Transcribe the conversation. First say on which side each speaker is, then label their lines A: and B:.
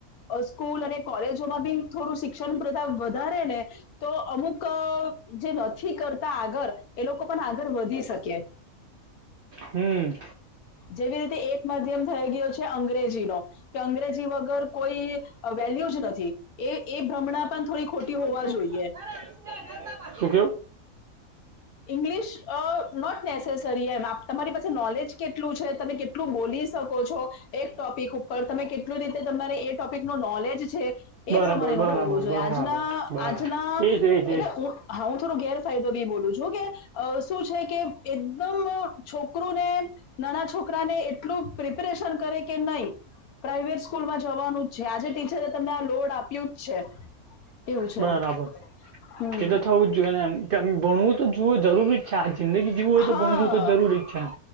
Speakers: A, on the left (about 85°); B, on the right (about 75°).
A: સ્કૂલ અને કોલેજ માં બી થોડું શિક્ષણ પ્રથા વધારે ને. તો અમુક જે નથી કરતા આગળ એ લોકો પણ આગળ વધી શકે.
B: હમ
A: જેવી રીતે એક માધ્યમ થઈ ગયો છે અંગ્રેજી નો કે અંગ્રેજી વગર કોઈ વેલ્યુ જ નથી. એ એ ભ્રમણા પણ થોડી ખોટી
B: <unintelligible>
A: હોવા જોઈએ
B: શું કેવ
A: ઇંગ્લિશ નોટ નેસેસરી એમ તમારી પાસે નોલેજ- કેટલું છે. તમે કેટલું બોલી શકો છો. એક ટોપિક ઉપર તમે કેટ કેટલી રીતે તમારે એ ટોપિક નું નોલેજ છે. એ
B: બરાબર
A: પ્રમાણેનું
B: બરાબર
A: હોવું જોઈએ.
B: બરાબર
A: આજના
B: બરાબર
A: આજના
B: એજ એજ
A: એટલે
B: એજ
A: હા હ થો ગેરાયદો બી બોલું જો કે શું છે કે એકદમ છોકરુ ને નાના છોકરાને એટલું પ્રિપરેશન કરે કે નહી. પ્રાાઈવેટ સ્કૂલમાં જવાનું જ છે. આજે ટીચરે તમને આ લોડ આપ્યું જ છે. એવું છે
B: બરાબર
A: હમ
B: એ તો થવું જ જોઈએ ને એમ કે ભણવું તો જુું જરૂરી છે. આ જિંદગી જીવું હોય
A: હા
B: તો ભણવું તો જરૂરી જ છે એમ.